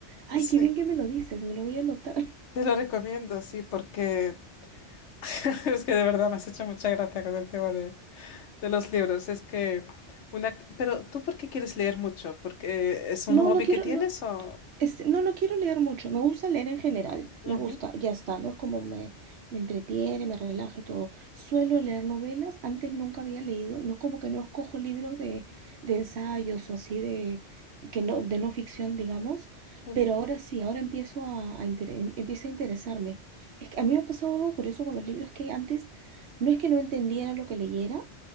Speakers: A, on the right (about 70°); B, on the left (about 80°).
A: Ay,
B: Sí,
A: qué bien que me lo dices, me lo voy a anotar.
B: te lo recomiendo, sí, porque <laughs> es que de verdad me has hecho mucha gracia con el tema de, de los libros. Es que una... Pero ¿tú por qué quieres leer mucho? ¿Porque es un
A: No,
B: hobby
A: no quiero,
B: que tienes
A: no,
B: o...?
A: Este, no, no quiero leer mucho. Me gusta leer en general.
B: Ujú.
A: Me gusta, ya está, ¿no? Es como me, me entretiene, me relaja y todo. Suelo leer novelas. Antes nunca había leído. No es como que no escojo libros de, de ensayos o así de, que no, de no ficción, digamos.
B: Ujú.
A: Pero ahora sí, ahora empiezo a, a inter- empieza a interesarme. Es que a mí me ha pasado algo curioso con los libros que antes no es que no entendiera lo que leyera,